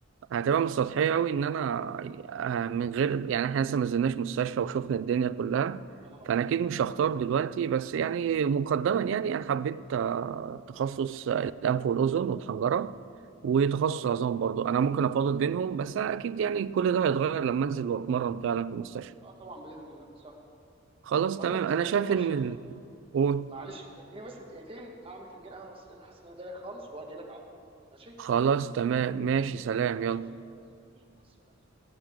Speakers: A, on the right; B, on the right.
A: هتبقى مش سطحية أوي إن أنا آه، من غير يعني إحنا لسه ما نزلناش مستشفى وشوفنا الدنيا كلها
B: اه
A: فأنا أكيد مش هختار دلوقتي بس يعني مقدما يعني أنا حبيت آه، تخصص آه، الأنف والأذن والحنجرة وتخصص
B: اه
A: عظام برضو أنا ممكن أفاضل بينهم بس أكيد يعني كل ده هيتغير لما أنزل وأتمرن فعلا في المستشفى
B: اه طبعا باذن الله صح
A: خلاص
B: بقول
A: تمام
B: لك يا
A: أنا
B: صديقي
A: شايف
B: بص
A: إن ال- قول
B: معلش اديني بس دقيقتين اعمل فنجان قهوه بس لان حاسس ان انا دايخ خالص واجي لك على طول ماشي
A: خلاص تمام ماشي سلام
B: ماشي
A: يلا
B: يا صديقي ماشي مع السلامه